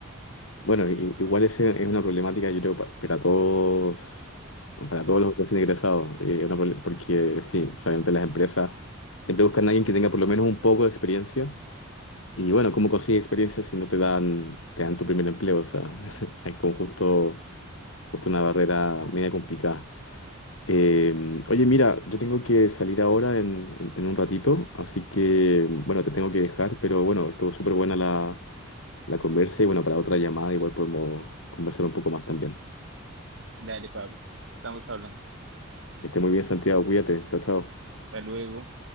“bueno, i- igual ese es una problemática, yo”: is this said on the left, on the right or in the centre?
Left